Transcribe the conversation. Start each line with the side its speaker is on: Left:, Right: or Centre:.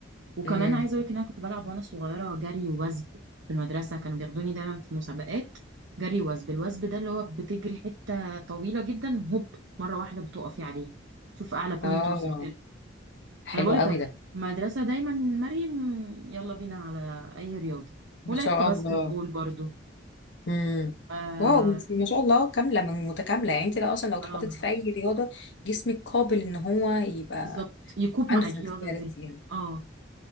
Right: وكمان
Left: امم
Right: عايزه اقول لك ان انا كنت بلعب وانا صغيره جري ووثب في المدرسه كانوا بياخدوني دايما في مسابقات جري وثب الوثب ده اللي هو بتجري حته طويله جدا هوب مره واحده بتقفي عليها شوف اعلى بوينت
Left: اه
Right: وصلت له
Left: حلو
Right: انا بقول
Left: قوي
Right: لك انا
Left: ده
Right: المدرسه دايما مريم يلا بينا على اي رياضه
Left: ما
Right: ولعبت
Left: شاء
Right: باسكت
Left: الله
Right: بول برضو
Left: امم
Right: اه,
Left: واو انت ما شاء الله كامله من متكامله يعني انت لو اصلا لو اتحطيتي
Right: آه
Left: في اي رياضه جسمك قابل ان هو يبقى
Right: بالظبط يكوب
Left: عنده
Right: مع
Left: فلكسبيليتي
Right: الرياضه دي
Left: يعني
Right: اه